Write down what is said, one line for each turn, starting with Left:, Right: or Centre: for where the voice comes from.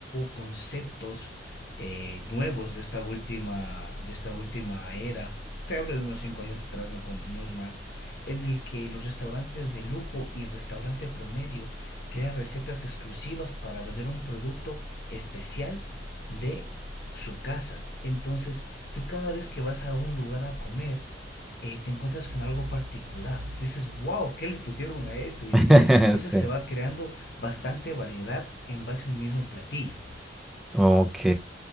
Left: conceptos eh, nuevos de esta última de esta última era te hablo de unos 5 años atrás no, no es más en el que los restaurantes de lujo y restaurante promedio crean recetas exclusivas para vender un producto especial de su casa entonces tú cada vez que vas a un lugar a comer eh, te encuentras con algo particular. Tú dices, wow, ¿qué le pusieron a esto? Y
Centre: <laughs>
Left: así. Entonces
Centre: Sí.
Left: se va creando bastante variedad en base a un mismo platillo.
Centre: Ok,